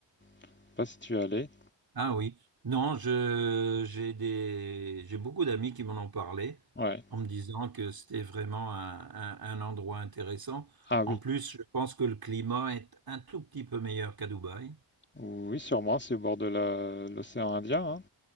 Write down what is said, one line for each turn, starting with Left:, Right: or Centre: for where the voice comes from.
Left: sais pas si tu es allé.
Right: Ah oui, non, je j'ai des j'ai beaucoup d'amis qui m'en ont parlé
Left: Ouais.
Right: en me disant que c'était vraiment un, un- un endroit intéressant.
Left: Ah oui,
Right: En plus, je pense que le climat est un tout petit peu meilleur qu'à Dubaï.
Left: Oui, sûrement, c'est au bord de la- l'océan Indien. hein.